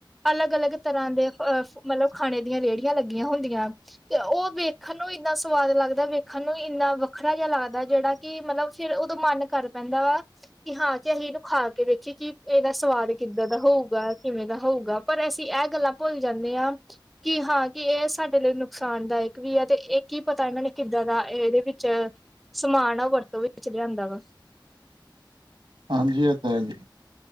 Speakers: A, in the centre; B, on the right.
A: ਅਲੱਗ-ਅਲੱਗ ਤਰ੍ਹਾਂ ਦੇ ਅ ਮਤਲਬ ਖਾਣੇ ਦੀਆਂ ਰੇੜੀਆਂ ਲੱਗੀਆਂ ਹੁੰਦੀਆਂ। ਤੇ ਓ ਵੇਖਣ ਨੂੰ ਇੰਨਾ ਸਵਾਦ ਲੱਗਦਾ ਵੇਖਣ ਨੂੰ ਈ ਏਨਾ ਵੱਖਰਾ ਜੇਹਾ ਲੱਗਦਾ ਜੇੜਾ ਕੀ ਮਤਲਬ ਫੇਰ ਉਹਦੋਂ ਮਨ ਕਰ ਪੈਂਦਾ ਵਾ ਕਿ ਹਾਂ ਕਿ ਇਹਨੂੰ ਖਾ ਕੇ ਦੇੇਖੀਏ ਕਿ ਇਹਦਾ ਸਵਾਦ ਕਿੱਦਾਂ ਦਾ ਹੋਊਗਾ ਕਿਵੇਂ ਦਾ ਹੋਊਗਾ ਪਰ ਅਸੀਂ ਇਹ ਗੱਲਾਂ ਭੁੱਲ ਜਾਂਦੇ ਹਾਂ ਕਿ ਹਾਂ ਕਿ ਇਹ ਸਾਡੇ ਲਈ ਨੁਕਸਾਨਦਾਇਕ ਵੀ ਹੈ ਤੇ ਇਹ ਕੀ ਪਤਾ ਇਹਨਾਂ ਨੇ ਕਿੱਦਾਂ ਦਾ ਇਹਦੇ ਵਿੱਚ ਸਮਾਨ ਆ ਵਰਤੋਂ ਵਿੱਚ ਲਿਆਂਦਾ ਵਾ
B: ਹਾਂਜੀ ਇਹ ਤਾਂ ਹੈ ਜੀ